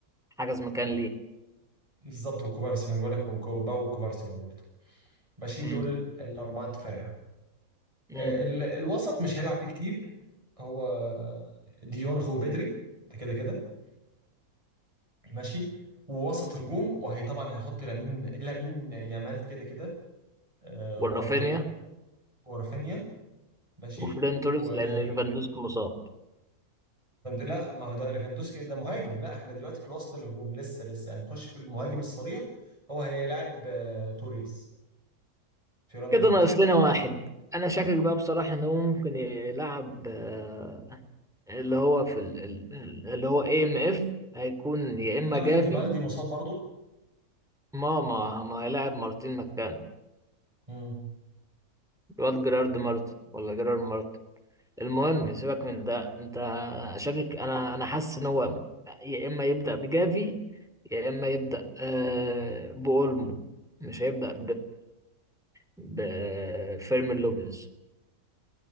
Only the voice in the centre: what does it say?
حجز مكان
ليه
مم.
ورافينيا
وفران
توريس لان ليفاندوسكي مصاب
كده
ناقص لنا واحد انا شاكك بقى بصراحه ان هو ممكن يلعب آه، اللي هو في ال- ال- اللي هو اي ام اف هيكون يا اما
جافي
ما ما ما هيلاعب مارتين مكانه
الواد جيرارد مارتن ولا جيرارد مارتن المهم سيبك من ده انت شاكك انا انا حاسس ان هو يا اما يبدا بجافي يا اما يبدا آه، باولمو مش هيبدا بفيرمين لوبيز